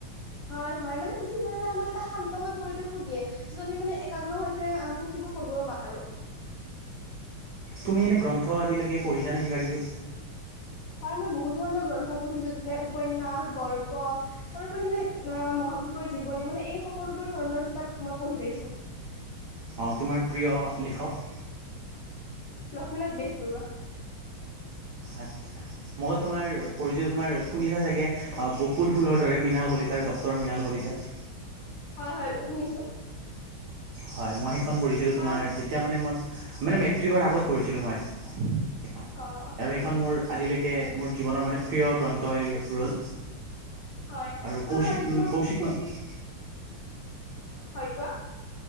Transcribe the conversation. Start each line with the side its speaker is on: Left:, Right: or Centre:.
Left: হয় হয় মানে পুথিভঁৰালে আমাক এটা শান্তময় পৰিৱেশো দিয়ে য'ত আমি মানে একাগ্ৰ হৈ পিনে পুথিবোৰ পঢ়িবও পাৰো।
Right: তুমি এনেই গ্ৰন্থ আজিলৈকে পঢ়িছানে কিবা কিবি?
Left: হয় মই বহুত ধৰণৰ গ্ৰন্থ পঢ়িছো যেনে উপন্যাস, গল্প তাৰোপৰি মানে আহ মহাপুৰুষৰ জীৱনী মানে এই সকলোবোৰ ধৰণৰ কিতাপ মই পঢ়ি পাইছো।
Right: অ' তোমাৰ প্ৰিয় লিখক?
Left: লক্ষ্মীনাথ বেজবৰুৱা।
Right: আচ্ছা, মই তোমাৰ পঢ়িছো তোমাৰ শুনিছা চাগে 'বকুল ফুলৰ দৰে' মৃণাল কলিতাৰ, ডক্টৰ মৃণাল কলিতাৰ।
Left: হয় হয় শুনিছো।
Right: হয় মই সেইখন পঢ়িছিলোঁ তোমাৰ
Left: বাৰু
Right: যেতিয়া মানে মই মানে মেট্ৰিকৰ আগত পঢ়িছিলোঁ মই। সেইখন
Left: অ
Right: আৰু সেইখন
Left: বুজিছো
Right: মোৰ আজিলৈকে মোৰ জীৱনৰ মানে প্ৰিয় গ্ৰন্থ হৈ ৰ'ল।
Left: হয়
Right: আৰু
Left: বাৰু
Right: কৌশিক
Left: আজি তোমাৰ কথাখিনি
Right: কৌশিক ন
Left: হয় কোৱা